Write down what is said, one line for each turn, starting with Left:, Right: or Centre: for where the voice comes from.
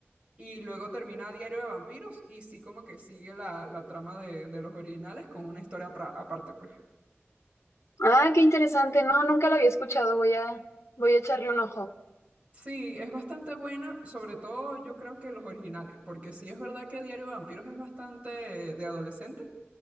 Right: y luego termina Diario de Vampiros y sí como que sigue la, la trama de, de Los Originales con una historia pra- aparte, pues.
Left: Ah, qué interesante. No, nunca la había escuchado. Voy a, voy a echarle un ojo.
Right: Sí, es bastante buena, sobre todo yo creo que Los Originales, porque sí es verdad que Diario de Vampiros es bastante eh, de adolescente